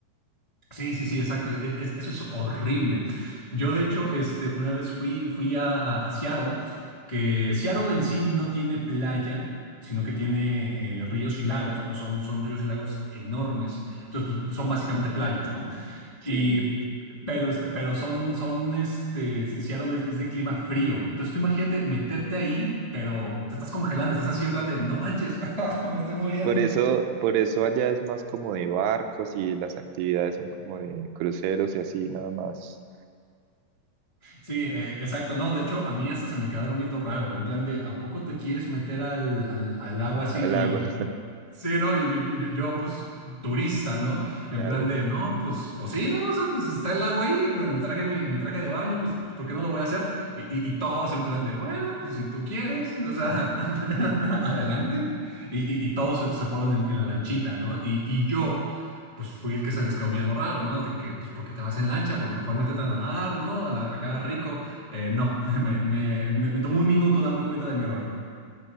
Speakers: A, on the left; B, on the right.
A: Sí, sí, sí, exacto. E- es- eso es horrible. Yo, de hecho, este, una vez fui, fui a, a- a Seattle, que Seattle en sí no tiene playa, sino que tiene eh, ríos y lagos, pero son, son ríos y lagos enormes. Entonces, pues, son básicamente playas, ¿no?
B: sí.
A: Y, pero, este, pero son, son, este, Se- Seattle es, es de clima frío. Entonces, tú imagínate meterte ahí, pero te estás congelando, estás así en plan de, no manches, <laughs> me estoy muriendo.
B: Por eso, por eso allá es más como de barcos y las actividades son como de cruceros y así nada más
A: Sí, eh, exacto. No, de hecho, a mí hasta se me quedaron viendo raro, en plan de, ¿a poco te quieres meter al, al, al agua así?
B: al
A: Y
B: agua.
A: yo,
B: <laughs>
A: Sí, no, yo, yo, yo, yo, pues turista, ¿no?
B: Claro,
A: En plan de, no, pues, pues sí, no, o sea, pues está el lago ahí, me, me traje mi, mi traje de baño, pues, ¿por qué no lo voy a hacer? Y, y- y todos en plan de, bueno, pues si tú quieres, o sea, <laughs> adelante. Y, y- y todos se, se fueron en, en la lanchita, ¿no? Y, y yo, pues fui el que se les quedó mirando raro, ¿no? De que, pues, ¿por qué te vas en lancha? Pues mejor métete a nadar, ¿no? A- Acá rico. Eh, no, <laughs> me, me, me, me tomó un minuto darme cuenta de mi error.